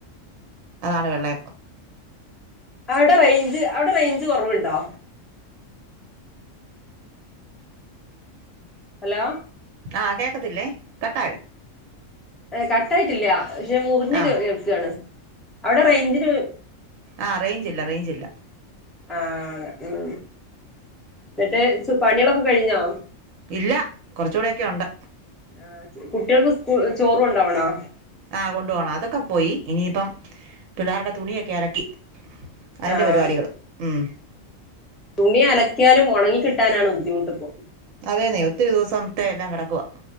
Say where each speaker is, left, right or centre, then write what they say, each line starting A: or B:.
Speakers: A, on the right (about 75°); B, in the centre.
A: അതാണ് വെള്ളയപ്പം.
B: അവിടെ റേഞ്ച് അവിടെ റേഞ്ച് കുറവുണ്ടോ. ഹലോ
A: ആഹ് കേക്കത്തില്ലേ കട്ടായോ.
B: കട്ടാആയിട്ടില്ല പക്ഷെ മുറിഞ്ഞഞ്
A: ആഹ്
B: കേൾക്കാണ് അവിടെ റേഞ്ച് ന്ന്
A: ആ റേഞ്ചില്ല റേഞ്ചില്ല.
B: ആഹ് ഉം എന്നിട്ട് പണികളൊക്കെ കഴിഞ്ഞോ.
A: ഇല്ല കുറച്ചുകൂടെക്കെ ഉണ്ട്.
B: ആഹ് കുട്ടികൾക്ക് സ്കു ചോറ് കൊണ്ടുപോവണോ.
A: ആഹ് കൊണ്ട പോണം അതൊക്കെ പോയി ഇനിയിപ്പം പിള്ളേരുടെ തുണിയൊക്കെ അലക്കി. അതിൻ്റെ
B: ആഹ്
A: പരിപാടികൾ ഉം.
B: തുണി ഉണങ്ങി കിട്ടാനാണ് ബുദ്ധിമുട്ട്പ്പം.
A: അതെ അതെ ഒത്തിരി ദിവസത്തെ എല്ലാം കിടക്കുവ.